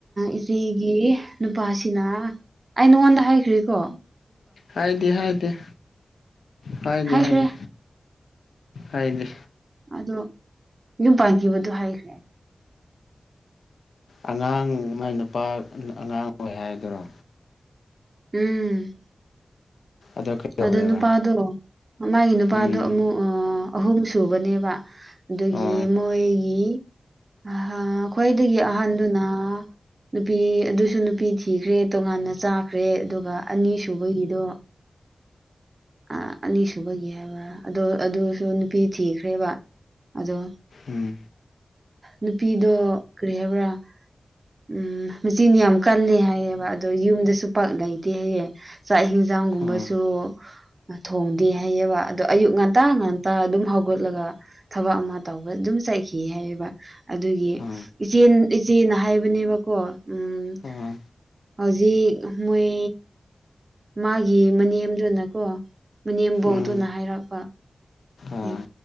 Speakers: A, on the right (about 40°); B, on the left (about 85°).
A: ꯏꯆꯤꯒꯤ ꯅꯨꯄꯥꯁꯤꯅ ꯑꯩ ꯅꯉꯣꯟꯗ ꯍꯥꯏꯈ꯭ꯔꯤꯀꯣ
B: ꯍꯥꯏꯗꯤ ꯍꯥꯏꯗꯤ ꯍꯥꯏꯗꯦ
A: ꯍꯥꯏꯈ꯭ꯔꯦ
B: ꯍꯥꯏꯗꯦ ꯍꯥꯏꯗꯦ
A: ꯑꯗꯣ ꯌꯨꯝ ꯄꯥꯟꯈꯤꯕꯗꯣ ꯍꯥꯏꯈ꯭ꯔꯦ
B: ꯑꯉꯥꯡ ꯃꯥꯏ ꯅꯨꯄꯥ ꯑꯉꯥꯡ ꯑꯣꯏ ꯍꯥꯏꯗꯔꯣ
A: ꯎꯝ
B: ꯑꯗꯣ ꯀꯩꯗꯧꯋꯦꯕ
A: ꯑꯣ ꯅꯨꯄꯥꯗꯣ ꯃꯥꯒꯤ ꯅꯨꯄꯥꯗꯣ
B: ꯎꯝ
A: ꯑꯃꯨꯛ ꯑꯍꯨꯝ ꯁꯨꯕꯅꯦꯕ ꯑꯗꯨꯒꯤ
B: ꯑꯣ
A: ꯃꯣꯏꯒꯤ ꯑ ꯈ꯭ꯋꯥꯏꯗꯒꯤ ꯑꯍꯟꯗꯨꯅ ꯅꯨꯄꯤ ꯑꯗꯨꯁꯨ ꯅꯨꯄꯤ ꯊꯤꯈ꯭ꯔꯦ ꯇꯣꯉꯥꯟꯅ ꯆꯥꯈ꯭ꯔꯦ ꯑꯗꯨꯒ ꯑꯅꯤꯁꯨꯨꯕꯒꯤꯗꯣ ꯑ ꯑꯅꯤ ꯁꯨꯕꯒꯤ ꯍꯥꯏꯕ ꯑꯗ ꯑꯗꯨꯁꯨ ꯅꯨꯄꯤ ꯊꯤꯈ꯭ꯔꯦꯕ ꯑꯗꯣ
B: ꯎꯝ
A: ꯅꯨꯄꯤꯗꯣ ꯀꯔꯤ ꯍꯥꯏꯕ꯭ꯔꯥ ꯎꯝ ꯃꯆꯤꯟ ꯌꯥꯝ ꯀꯜꯂꯦ ꯍꯥꯏꯌꯦꯕ ꯑꯗꯣ ꯌꯨꯝꯗꯁꯨ ꯄꯛ ꯂꯩꯇꯦ ꯍꯥꯏꯌꯦ ꯆꯥꯛ ꯏꯁꯤꯡ ꯆ ꯒꯨꯝꯕꯁꯨ
B: ꯑꯣ
A: <unintelligible> ꯊꯣꯡꯗꯦ ꯍꯥꯏꯌꯦꯕ ꯑꯗꯣ ꯑꯌꯨꯛ ꯉꯟꯇꯥ ꯉꯟꯇꯥ ꯑꯗꯨꯝ ꯍꯧꯒꯠꯂꯒ ꯊꯕꯛ ꯑꯃ ꯇꯧꯕ ꯑꯗꯨꯝ ꯆꯥꯏꯈꯤ ꯍꯥꯏꯕ ꯑꯗꯨꯒꯤ
B: ꯑꯣ
A: ꯏꯆ ꯏꯆꯦꯅ ꯍꯥꯏꯕꯅꯦꯕꯀꯣ ꯎꯝ
B: ꯑꯣ
A: ꯍꯧꯖꯤꯛ ꯃꯣꯏ ꯃꯥꯒꯤ ꯃꯅꯦꯝꯗꯨꯅꯀꯣ ꯃꯅꯦꯝꯕꯣꯛꯇꯨꯅ
B: ꯎꯝ
A: ꯍꯥꯏꯔꯛꯄ
B: ꯑꯥ
A: ꯎꯝ